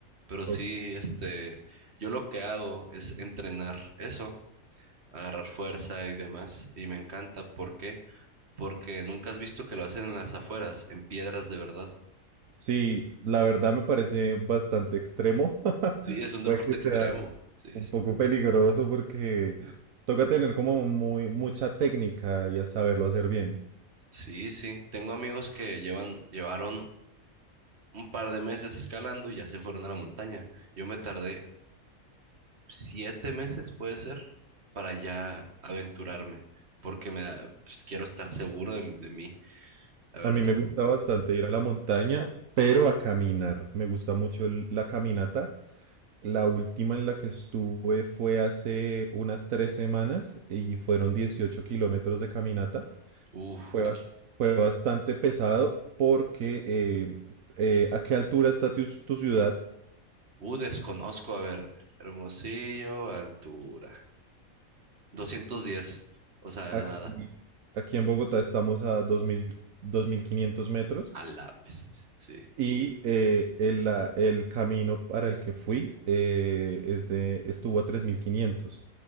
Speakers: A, on the right; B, on the right.
A: Pero
B: Ok.
A: sí, este, yo lo que hago es entrenar eso, agarrar fuerza y demás, y me encanta. ¿Por qué? Porque nunca has visto que lo hacen en las afueras, en piedras de verdad.
B: Sí, la verdad me parece bastante extremo. <laughs>
A: Sí, es un
B: Puede
A: deporte
B: que
A: extremo.
B: sea.
A: Sí,
B: Un
A: sí.
B: poco peligroso porque toca tener como muy mucha técnica y a saberlo hacer bien.
A: Sí, sí. Tengo amigos que llevan, llevaron un par de meses escalando y ya se fueron a la montaña. Yo me tardé siete meses, puede ser, para ya aventurarme, porque me da- pues, quiero estar seguro de, de mí, la verdad.
B: A mí me gusta bastante ir a la montaña, pero a caminar. Me gusta mucho el- la caminata. La última en la que estuve fue hace unas tres semanas y fueron 18 kilómetros de caminata.
A: Uf,
B: Fue, bas- fue bastante pesado porque eh, eh, ¿a qué altura está tu, tu ciudad?
A: uh, desconozco, a ver, Hermosillo, altura, doscientos diez o sea,
B: Aquí,
A: nada,
B: aquí en Bogotá estamos a dos mil dos mil 2.500 metros.
A: a la bestia, sí,
B: Y eh, el, la- el camino para el que fui eh, es de, estuvo a 3.500.